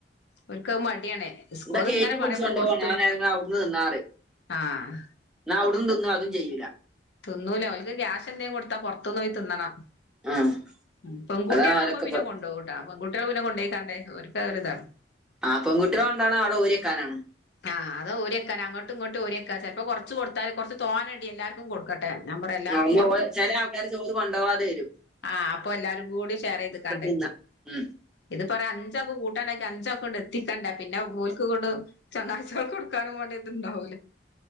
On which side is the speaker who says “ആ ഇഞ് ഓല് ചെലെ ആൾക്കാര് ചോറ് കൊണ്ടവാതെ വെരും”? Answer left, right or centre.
Centre